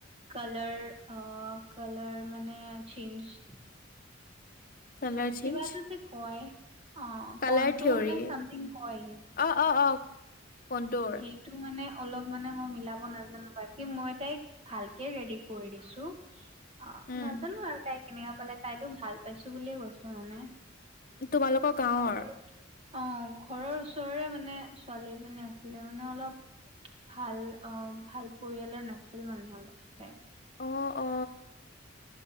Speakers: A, on the right; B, on the left.
A: কালাৰ অ', কালাৰ মানে চেইঞ্জ
B: কালাৰ চেঞ্জ
A: কিবা এটা যে কয়। অ',
B: কালাৰ
A: কণ্টৰ
B: থিয়ৰী
A: নে চামথিং কয়।
B: অ অ অ কণ্টৰ
A: সেইটো মানে অলপ মানে মই মিলাব নাজানোঁ। বাকী মই তাইক ভালকে ৰেডি কৰি দিছোঁ। অ',
B: উম
A: নাজানো আৰু তাই কেনেকা পালে। তাইতো ভাল পাইছো বুলিয়ে কৈছে মানে।
B: তোমালোকৰ গাঁৱৰ?
A: ঘৰৰ অ', ঘৰৰ ওচৰৰে মানে ছোৱালী এজনী আছ আছিলে মানে অলপ ভাল অ' ভাল পৰিয়ালৰ নাছিল মানে অলপ তাই
B: অ' অ